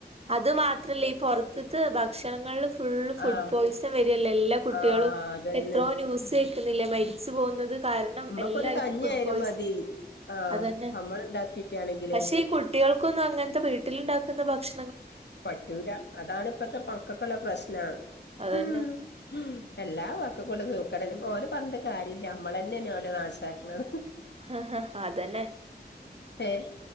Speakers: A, on the right; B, on the left.
A: അത് മാത്രല്ലേ ഈ പുറത്ത്ത്തെ ഭക്ഷണങ്ങളില് ഫുള്ള് ഫുഡ്
B: ആഹ്
A: പോയിസൺ വ <unintelligible> എല്ലാ കുട്ടികളും
B: ആഹ് അതന്നെ
A: എത്രോ ന്യൂസ്
B: ഉം
A: കേക്കുന്നില്ലെ മ രിച്ചു പോകുന്നത് കാരണം
B: നമ്മക്കൊരു
A: എല്ലാർക്കും
B: കഞ്ഞിയായാലും
A: ഫുഡ് പോയിസൺ
B: മതി ആഹ്
A: അതന്നെ
B: നമ്മള് ഇണ്ടാക്കിക്കാണെങ്കിലേ
A: പക്ഷെ ഈ കുട്ടികൾക്കൊന്നും അങ്ങനത്തെ വീട്ടിലുണ്ടാക്കുന്ന ഭക്ഷ
B: പറ്റൂല അതാണ് ഇപ്പത്തെ മക്കക്കുള്ള പ്രശ്നം
A: അതന്നെ
B: മ് മ്ഹ് എല്ലാ മക്കക്കും ഉള്ള സൂക്കേടാ ഓരോ പറഞ്ഞിട്ട് കാര്യമില്ല നമ്മളന്നന്നെണ് ഓരെ നാശക്കണത്
A: ആഹ് ഹ അതന്നെ
B: ഏഹ്